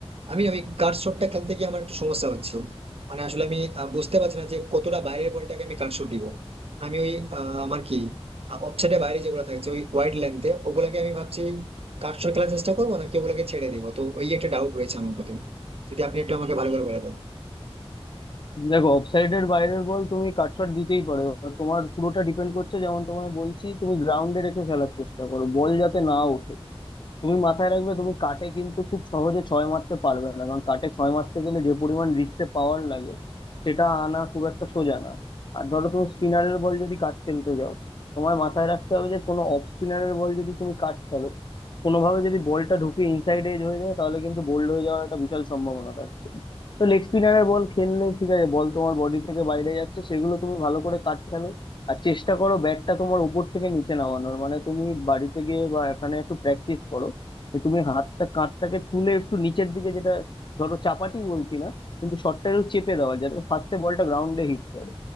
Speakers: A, on the right; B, on the left.
A: আমি ওই কাট শটটা খেলতে গিয়ে আমার একটু সমস্যা হচ্ছে মানে আসলে আমি আহ, বুঝতে পারছি না যে কতটা বাইরের বলটাকে আমি কাট শট দিব আমি ওই আহ, আমার কি ওয়েবসাইটের বাইরে যেগুলো থাকছে ওই ওয়াইড লেন্থে ওগুলাকে আমি ভাবছি কাটছর খেলার চেষ্টা করবো নাকি ওগুলোকে ছেড়ে দেবো তো ওই একটা ডাউট রয়েছে আমার প্রথমে যদি আপনি একটু আমাকে ভালো করে বলে দেন
B: দেখো অফসাইডের বাইরের বল তুমি কাটশট দিতেই পারো এবার তোমার পুরোটা ডিপেন্ড করছে যেমন তোমায় বলছি তুমি গ্রাউন্ডে রেখে খেলার চেষ্টা করো বল যাতে না ওঠে তুমি মাথায় রাখবে তুমি কাটে কিন্তু খুব সহজে ছয় মারতে পারবে না কারণ কাটে ছয় মারতে গেলে যে পরিমাণ রিস্টে পাওয়ার লাগে সেটা আনা খুব একটা সোজা না আর ধরো তুমি স্পিনারের বল যদি কাট খেলতে যাও তোমায় মাথায় রাখতে হবে যে কোনো অফ স্পিনারের বল যদি তুমি কাট খেলো কোনোভাবে যদি বলটা ঢুকে ইনসাইড এজ হয়ে যায় তাহলে কিন্তু বোল্ড হয়ে যাওয়ার একটা বিশাল সম্ভাবনা থাকছে তো লেগ স্পিনারের বল খেললে ঠিক আছে বল তোমার বডি থেকে বাইরে যাচ্ছে সেগুলো তুমি ভালো করে কাট খেলো আর চেষ্টা করো ব্যাটটা তোমার উপর থেকে নিচে নামানোর মানে তুমি বাড়িতে গিয়ে বা এখানে একটু প্র্যাকটিস করো যে তুমি হাতটা কাঁধটাকে তুলে একটু নিচের দিকে যেটা ধরো চাপাটি বলছি না কিন্তু শটটা একটু চেপে দেওয়া যাতে ফার্স্টে বলটা গ্রাউন্ডে হিট করে